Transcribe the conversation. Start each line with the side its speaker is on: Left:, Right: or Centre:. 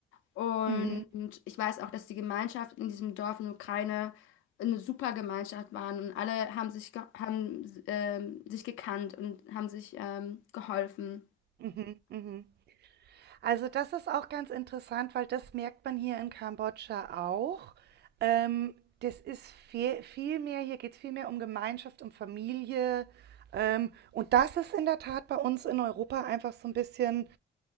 Left: Und
Right: Mhm.
Left: ich weiß auch, dass die Gemeinschaft in diesem Dorf in der Ukraine eine super Gemeinschaft waren und alle haben sich, ge haben, ähm, sich gekannt und haben sich ähm, geholfen.
Right: Mhm. Mhm. Also das ist auch ganz interessant, weil das merkt man hier in Kambodscha auch. Ähm, das ist viel, viel mehr, hier geht es viel mehr um Gemeinschaft, um Familie. Ähm, und das ist in der Tat bei uns in Europa einfach so ein bisschen